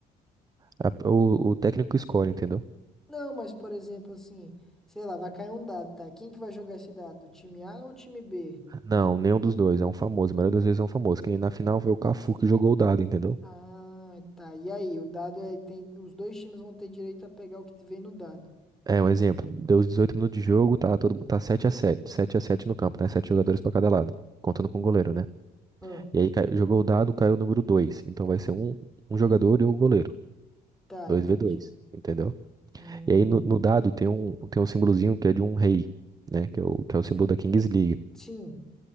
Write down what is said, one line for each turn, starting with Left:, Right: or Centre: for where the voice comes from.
Right: A- o, o técnico escolhe, entendeu?
Centre: Não, mas, por exemplo, assim, sei lá, vai cair um dado, tá? Quem que vai jogar esse dado? O time A ou o time B?
Right: Não, nenhum dos dois. É um famoso. A maioria das vezes é um famoso. Que nem na final foi o Cafu que jogou o dado, entendeu?
Centre: Ah, tá. E aí, o dado é, tem, os dois times vão ter direito a pegar o que vem no dado.
Right: É, um exemplo. Deu os 18 minutos de jogo, tá, todo, tá sete a sete, sete a sete no campo, né? 7 jogadores pra cada lado. Contando com o goleiro, né?
Centre: Ah,
Right: E aí cai- jogou o dado, caiu o número 2. Então vai ser um, um jogador e o goleiro.
Centre: tá,
Right: Dois
Centre: entendi.
Right: v dois, entendeu?
Centre: Uhum.
Right: E aí no, no dado tem um, tem um símbolozinho que é de um rei, né? Que é o, que é o símbolo da Kings League.
Centre: Sim,